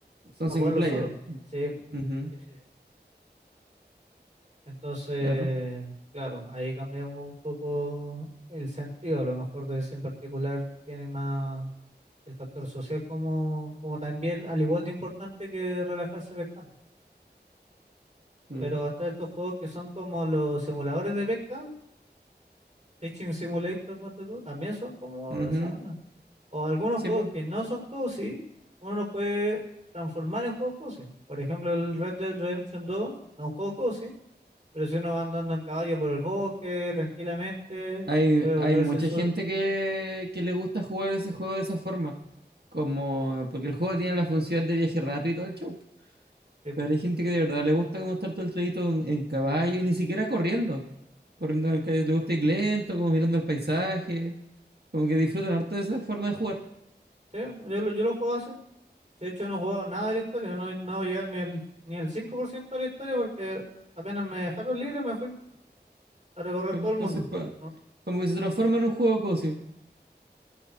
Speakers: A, on the right; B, on the right.
A: Son
B: para
A: single
B: jugarlo
A: player.
B: solo. Sí, po.
A: Ujú,
B: sí, sí. sí. Entonces,
A: claro,
B: claro, ahí cambia un poco el sentido, a lo mejor de ese en particular tiene más el factor social como, como también, al igual de importante que relajarse pescando.
A: claro.
B: Pero hasta estos juegos que son como los simuladores de pesca, Fishing Simulator, ponte tú, también son como
A: Ujú,
B: de esa onda. O algunos
A: Sí,
B: juegos
A: po.
B: que no son cozy, uno lo puede transformar en juego cozy. Por ejemplo, el Red Dead Redemption dos no es un juego cozy, pero si uno va andando en caballo por el bosque tranquilamente,
A: Hay,
B: puede volverse
A: hay mucha
B: en su
A: gente que, que le gusta jugar ese juego de esa forma. Como, porque el juego tiene la función de viaje rápido y todo el show.
B: tipo.
A: Pero hay gente que de verdad le gusta como estar todo el trayecto en, en caballo y ni siquiera corriendo. Corriendo en el calle, le gusta ir lento, como mirando el paisaje. Como que disfrutan harto de esa forma de jugar.
B: Sí, yo, lo- yo lo juego así. De hecho, no he jugado nada de la historia, no, no voy a llegar ni el, ni el 5% de la historia porque apenas me dejaron libre me fui a recorrer
A: Pero
B: todo
A: entonces,
B: el mundo.
A: pa-
B: ¿no?
A: como que se transforma en un juego cozy.